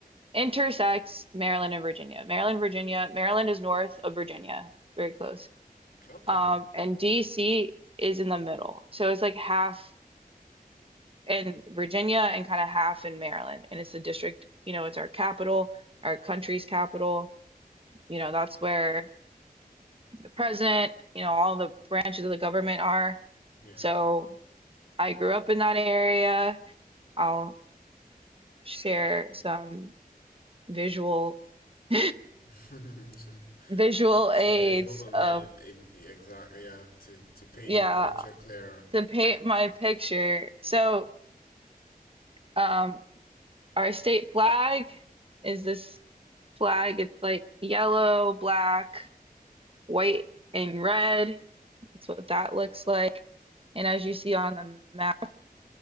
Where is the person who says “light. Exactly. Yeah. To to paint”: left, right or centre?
Left